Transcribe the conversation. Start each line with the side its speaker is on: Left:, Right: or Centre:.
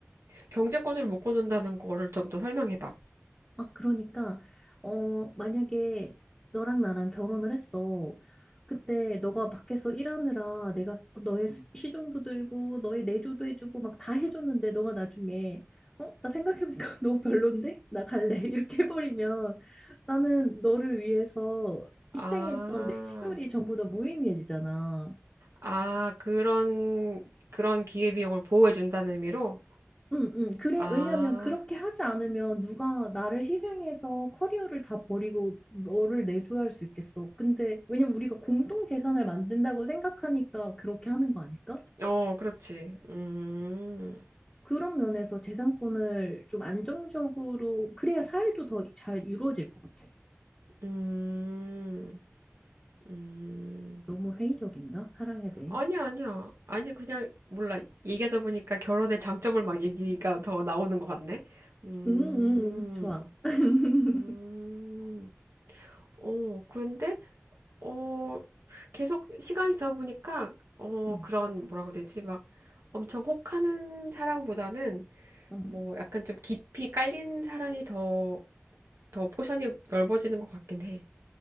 Right: 경제권을 묶어놓는다는 거를 좀 더 설명해봐.
Centre: 아, 그러니까, 어, 만약에 너랑 나랑 결혼을 했어. 그때 너가 밖에서 일하느라 내가 너의 시- 시중도 들고 너의 내조도 해주고 막 다 해줬는데 너가 나중에 어? 나 생각해보니까 <laughs> 너무 별론데? 나 갈래. <laughs> 이렇게 해버리면 나는 너를 위해서
Right: 아,
Centre: 희생했던 내 시절이 전부 다 무의미해지잖아.
Right: 아, 그런, 그런 기회비용을 보호해준다는 의미로?
Centre: 응, 응. 그래,
Right: 아,
Centre: 왜냐면 그렇게 하지 않으면 누가 나를 희생해서 커리어를 다 버리고 너를 내줘야 할 수 있겠어. 근데 왜냐면 우리가 공동 재산을 만든다고 생각하니까 그렇게 하는 거 아닐까?
Right: 어, 그렇지. 음,
Centre: 그런 면에서 재산권을 좀 안정적으로 그래야 사회도 더 잘 이루어질 것 같아.
Right: 음. 음,
Centre: 너무 회의적인가? 사랑에 대해.
Right: 아니야, 아니야. 아니, 그냥, 몰라. 얘기하다 보니까 결혼의 장점을 막 얘기가 더 나오는 것 같네. 음,
Centre: 응, 응, 좋아. <laughs>
Right: 음, 어, 근데, 어, 계속 시간이 지나 보니까, 어,
Centre: 응,
Right: 그런, 뭐라고 해야 되지? 막 엄청 혹하는 사랑보다는,
Centre: 응.
Right: 뭐, 약간 좀 깊이 깔린 사랑이 더, 더 포션이 넓어지는 것 같긴 해.